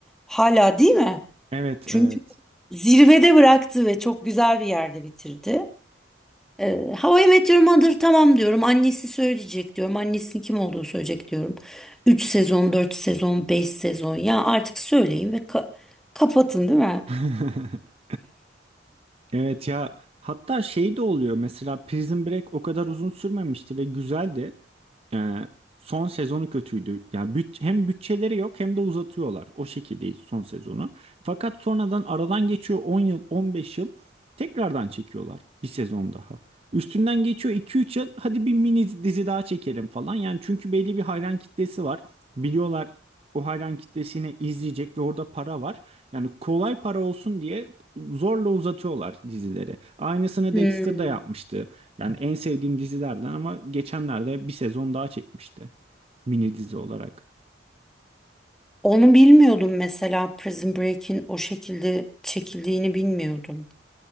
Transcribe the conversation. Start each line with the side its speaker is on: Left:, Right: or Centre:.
Centre: Hala değil mi?
Right: Evet,
Centre: Çünkü
Right: evet.
Centre: zirvede bıraktı ve çok güzel bir yerde bitirdi. Ee, How I Met Your Mother tamam diyorum. Annesi söyleyecek diyorum. Annesinin kim olduğunu söyleyecek diyorum. 3 sezon, 4 sezon, 5 sezon. Ya artık söyleyin ve ka- kapatın değil mi?
Right: <laughs> Evet ya hatta şey de oluyor mesela Prison Break o kadar uzun sürmemişti ve güzeldi. Ee, son sezonu kötüydü. Yani büt- hem bütçeleri yok hem de uzatıyorlar. O şekilde son sezonu. Fakat sonradan aradan geçiyor 10 yıl 15 yıl tekrardan çekiyorlar bir sezon daha. Üstünden geçiyor 2-3 yıl hadi bir mini dizi daha çekelim falan. Yani çünkü belli bir hayran kitlesi var. Biliyorlar o hayran kitlesini izleyecek ve orada para var. Yani kolay para olsun diye zorla uzatıyorlar dizileri. Aynısını
Centre: Hmm.
Right: Dexter da yapmıştı. Yani en sevdiğim dizilerden ama geçenlerde bir sezon daha çekmişti. Mini dizi olarak.
Centre: Onu bilmiyordum mesela Prison Break'in o şekilde çekildiğini bilmiyordum.